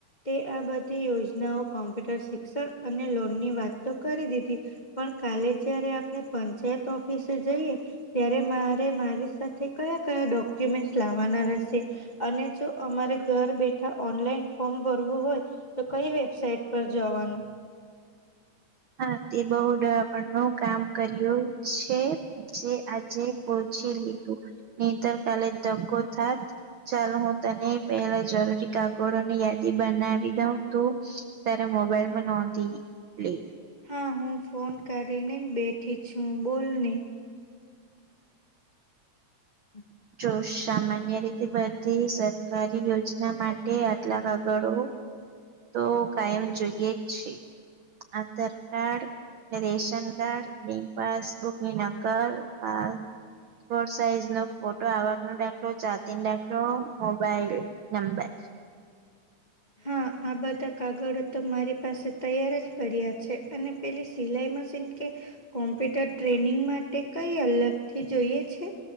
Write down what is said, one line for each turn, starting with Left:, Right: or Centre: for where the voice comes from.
Left: તે આ બધી યોજનાઓ કોમ્પ્યુટર શિક્ષણ અને લોનની વાત તો કરી દીધી. પણ કાલે જયારે આપણે પંચાયત ઓફિસે જઈએ. ત્યારે મારે મારી સાથે કયા કયા ડોક્યુમેન્ટ લાવવાના રહેશે. અને જો અમારે ઘર બેઠા ઓનલાઈન ફોર્મ ભરવું હોય. તો કઈ વેબસાઇટ પર જવાનું.
Right: હા તે બહુંડ આપણનો કામ કર્યું છે. જે આજે પોહોચી લીધું ની તો કાલે ધકો થાત. ચાલ હું તને પેલા જરૂરી કાગળોની યાદી બનાવી દઉં તું તારા મોબાઇલમાં નોંધી લે.
Left: હા હું ફોન કાઢી ને બેઠી છું બોલ ને. હમ.
Right: તો સામાન્ય રીતે બધી સરકારી યોજના માટે <unintelligible> કાગળો તો કાયમ જોઈએ જ છે Aadhaar card ration card bank પાસબુકની નક્કલ પા પોર્ટ સાઈઝ નો ફોટો આવક નો દાખલો જાતી ન દાખલો મોબાઈલ રે નંબર
Left: હા. આ બધા કાગળો તો મારી પાસે તૈયાર જ પડ્યા છે અને પેલી સિલાઈ મશીન કે કોમ્પ્યુટર ટ્રેનિંગ માટે કઈ અલગથી જોઈએ છે.